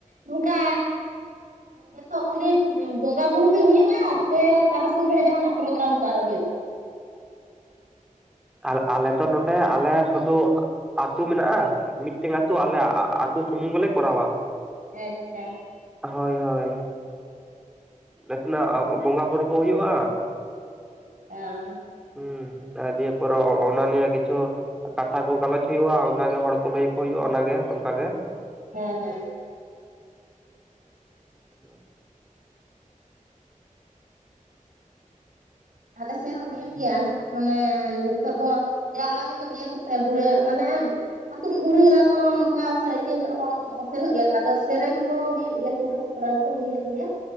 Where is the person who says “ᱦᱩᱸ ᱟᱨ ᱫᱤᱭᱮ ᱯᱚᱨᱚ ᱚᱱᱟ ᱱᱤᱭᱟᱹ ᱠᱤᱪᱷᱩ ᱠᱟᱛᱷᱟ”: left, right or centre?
Centre